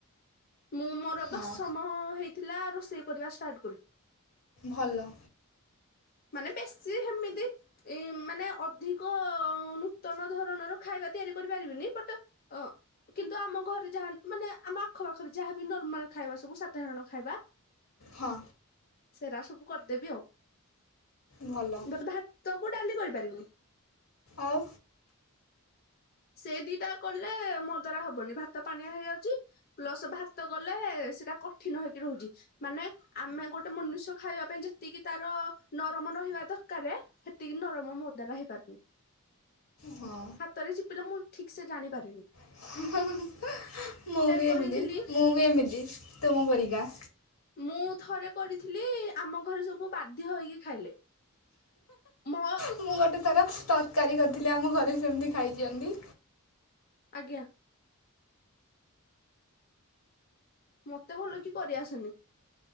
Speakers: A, on the left; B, on the left.
A: ମୁଁ ମୋର
B: ହଁ
A: ଦଶମ ହେଇ ଥିଲା ରୋଷେଇ କରିବା ଷ୍ଟାର୍ଟ କଲି।
B: ଭଲ।
A: ମାନେ ବେଶୀ ହେମିତି ଏ ମାନେ ଅଧିକ ନୂତନ ଧରଣର ଖାଇବା ତିଆରି କରିପାରିବିନି ବଟ ଅ କିନ୍ତୁ ଆମ ଘରେ ଯାହା ମାନେ ଆମ ଆଖପାଖରେ ଯାହାବି ନର୍ମାଲ ଖାଇବା ସବୁ ସାଧାରଣ ଖାଇବା
B: ହଁ।
A: ସେରା ସବୁ କରିଦେବି ଆଉ।
B: ଭଲ।
A: ବଟ୍ ଭାତ କୁ ଡାଲି କରିପାରିବିନି।
B: ଆଉ
A: ସେ ଦିଟା କଲେ ମୋ ଦ୍ୱାରା ହବନି ଭାତ ପାଣିଆ ହେଇଯାଉଛି। ପ୍ଲସ ଭାତ କଲେ ସେଟା କଠିନ ହେଇକି ରହୁଛି। ମାନେ ଆମେ ଗୋଟେ ମନୁଷ୍ୟ ଖାଇବା ପାଇଁ ଯେତିକି ତାର ନରମ ରହିବା ଦରକାରେ ସେତିକି ନରମ ମୋ ଦ୍ୱାରା ହେଇପାରୁନି।
B: ହଁ।
A: ହାତରେ ଚିପିଲେ ମୁଁ ଠିକ୍ ସେ ଜାଣିପାରିନି।
B: <unintelligible> ମୁଁ ବି
A: କରିଥିଲି
B: ଏମିତି ମୁଁ ବି ଏମିତି ତୁମ ପରିକା।
A: ମୁଁ ଥରେ କରିଥିଲି ଆମ ଘରେ ସବୁ ବାଧ୍ୟ ହେଇକି ଖାଇଲେ। ମୋ
B: ମୁଁ ଗୋଟେ ଥର ତରକାରୀ କରିଥିଲି ଆମ ଘରେ ସେମିତି ଖାଇଛନ୍ତି।
A: ଆଜ୍ଞା। ମତେ ଭଲକି କରିଆସେନି।